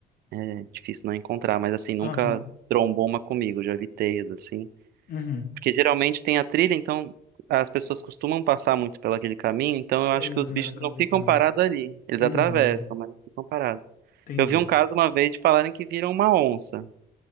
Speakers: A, on the right; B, on the left.
A: é difícil não encontrar, mas assim, nunca
B: aham,
A: trombou uma comigo. Já vi teias, assim.
B: uhum.
A: Porque geralmente tem a trilha, então as pessoas costumam passar muito pelo aquele caminho, então eu
B: É,
A: acho que os
B: mas
A: bichos
B: acaba
A: não
B: evitando.
A: ficam parados ali. Eles
B: Uhum,
A: atravessam, mas não ficam parados.
B: entendi.
A: Eu vi um caso uma vez de falarem que viram uma onça.